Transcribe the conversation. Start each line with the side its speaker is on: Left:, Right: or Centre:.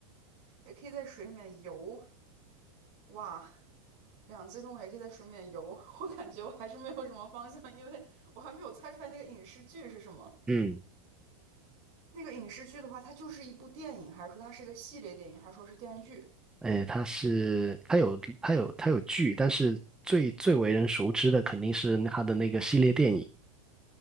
Right: 也可以在水里面游。哇，两栖动物也可以在水里面游，<laughs> 我感觉我还是没有什么方向，因为我还没有猜出来那个影视剧是什么。
Centre: 嗯，
Right: 那个影视剧的话，它就是一部电影，还是说它是一个系列电影，还是说是电视剧？
Centre: 诶，它是它有它有它有剧，但是最最为人熟知的肯定是它的那个系列电影。